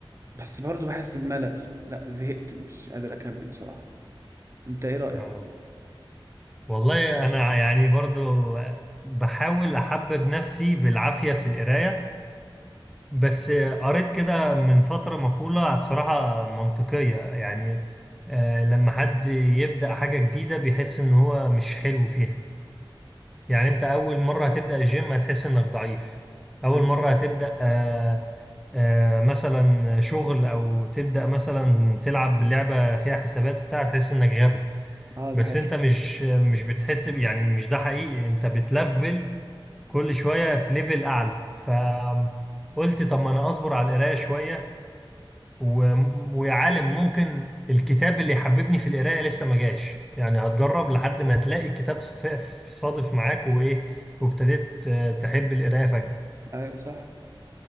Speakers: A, on the right (about 30°); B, in the centre.
A: بس برضه بحس بملل لا زهقت مش قادر أكمل بصراحة أنت إيه رأيك؟
B: اه والله انا يعني برضو بحاول احبب نفسي بالعافية في القراية بس قريت كده من فترة مقولة بصراحة منطقية يعني آه، لما حد يبدأ حاجة جديدة بيحس إن هو مش حلو فيها يعني أنت أول مرة هتبدأ الجيم هتحس إنك ضعيف أول
A: حقيقي
B: مرة هتبدأ آه، آه، مثلا شغل أو تبدأ مثلا تلعب لعبة فيها حسابات وبتاع تحس إنك غبي
A: اه ده
B: بس
A: حقيقي
B: أنت مش مش بتحس ب- يعني مش ده حقيقي أنت بتلفل كل شوية في ليفل أعلى ف قلت طب ما انا اصبر على القرايه شويه و... ويا عالم ممكن الكتاب اللي يحببني في القراية لسه ما جاش يعني هتجرب لحد ما تلاقي الكتاب ف- ف- صادف معاك وإيه وابتديت آه، تحب القراية فجأة
A: أيوه صح